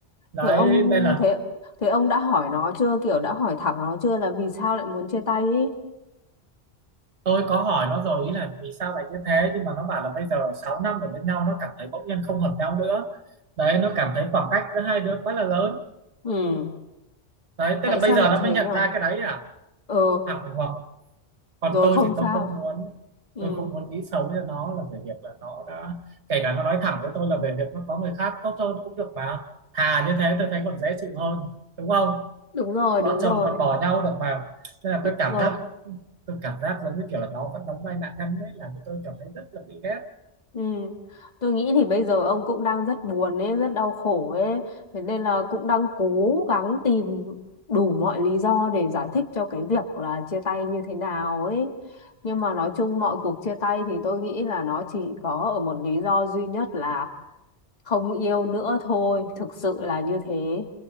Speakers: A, on the right; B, on the left.
A: đấy
B: thế ông
A: nên là
B: thế thế ông đã hỏi nó chưa kiểu đã hỏi thẳng nó chưa là vì sao lại muốn chia tay ý
A: tôi có hỏi nó rồi ý là vì sao lại như thế nhưng mà nó bảo là bây giờ 6 năm ở bên nhau nó cảm thấy bỗng nhiên không hợp nhau nữa đấy nó cảm thấy khoảng cách giữa hai đứa quá là lớn
B: ừ
A: đấy tức
B: tại
A: là bây
B: sao
A: giờ
B: lại
A: nó
B: thế
A: mới nhận
B: nhở
A: ra cái đấy à
B: ừ
A: hoặc hoặc còn
B: rồi
A: tôi
B: không
A: thì
B: sao
A: tôi không muốn
B: ừ
A: tôi không muốn nghĩ xấu cho nó là về việc là nó đã kể cả nó nói thẳng với tôi là về việc nó có người khác tốt hơn cũng được mà thà như thế tôi thấy còn dễ chịu hơn đúng không
B: đúng rồi
A: vợ
B: đúng
A: chồng
B: rồi
A: còn bỏ nhau được mà nên là
B: đúng
A: tôi cảm
B: rồi
A: giác tôi cảm giác giống như kiểu là nó vẫn đóng vai nạn nhân đấy là tôi cảm thấy rất là bị ghét
B: Ừ. Tôi nghĩ thì bây giờ ông cũng đang rất buồn ấy, rất đau khổ ấy, thế nên là cũng đang cố gắng tìm đủ mọi lý do để giải thích cho cái việc là chia tay như thế nào ấy. Nhưng mà nói chung mọi cuộc chia tay thì tôi nghĩ là nó chỉ có ở một lý do duy nhất là không yêu nữa thôi, thực sự là như thế.